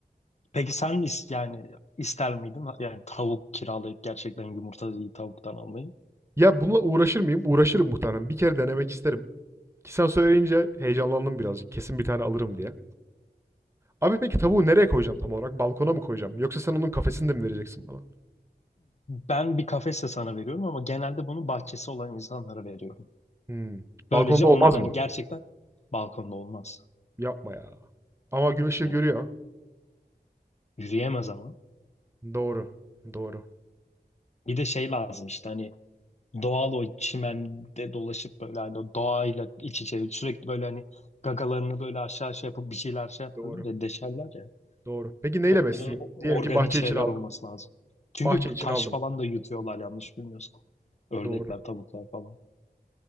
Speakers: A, on the left (about 45°); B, on the right (about 15°).
A: Peki sen is- yani ister miydin yani tavuk kiralayıp gerçekten yumurtayı tavuktan almayı?
B: Ya bununla uğraşır mıyım? Uğraşırım muhtemelen. Bir kere denemek isterim. Ki sen söyleyince heyecanlandım birazcık. Kesin bir tane alırım diye. Abi peki tavuğu nereye koyacağım tam olarak? Balkona mı koyacağım? Yoksa sen onun kafesini de mi vereceksin bana?
A: Ben bir kafese sana veriyorum ama genelde bunu bahçesi olan insanlara veriyorum.
B: Hımm. Balkonda
A: Böylece onlar
B: olmaz
A: hani
B: mı?
A: gerçekten balkonda olmaz.
B: Yapma ya. Ama gün ışığı
A: Evet.
B: görüyor.
A: Yürüyemez ama.
B: Doğru, doğru,
A: Bir de şey lazım işte hani doğal o çimende dolaşıp böyle hani o doğayla iç içe sürekli böyle hani gagalarını böyle aşağı şey yapıp bir şeyler şey yaparlar
B: doğru,
A: ya deşerler ya.
B: doğru. Peki neyle
A: Onların
B: besleyeyim?
A: o-
B: Diyelim
A: organik
B: ki bahçe
A: şeyler
B: için aldım.
A: olması lazım. Çünkü
B: Bahçe
A: bu
B: için
A: taş
B: aldım.
A: falan da yutuyorlar yanlış bilmiyorsam. Ördekler,
B: Doğru.
A: tavuklar falan.